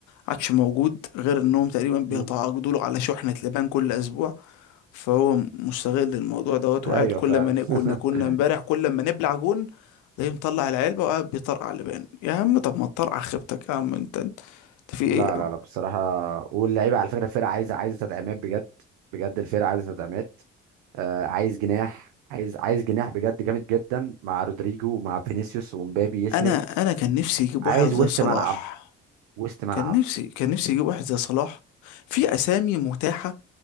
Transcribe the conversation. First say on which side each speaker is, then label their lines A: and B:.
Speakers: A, on the left (about 75°); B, on the right (about 80°).
A: عادش موجود غير انهم تقريبا بيتعاقدوا
B: مم.
A: له على شحنه لبان كل اسبوع فهو مستغل الموضوع دوت
B: ايوه
A: وقاعد كل
B: فعلا
A: ما ن- كنا كنا
B: <laughs>
A: امبارح كل ما نبلع جون تلاقيه مطلع العلبه وقاعد بيطرقع لبان يا عم طب ما تطرقع خيبتك يا عم انت انت في
B: لا
A: ايه يا
B: لا
A: عم
B: لا بصراحه واللعيبه على فكره الفرقه عايزه عايزه تدعيمات بجد بجد الفرقه عايزه تدعيمات آه عايز جناح عايز عايز جناح بجد جامد جدا مع رودريجو ومع فينيسيوس ومبابي يسند
A: انا انا كان نفسي يجيب
B: عايز
A: واحد زي
B: وسط
A: صلاح
B: ملعب وسط ملعب
A: كان نفسي كان نفسي يجيب واحد زي صلاح في اسامي متاحه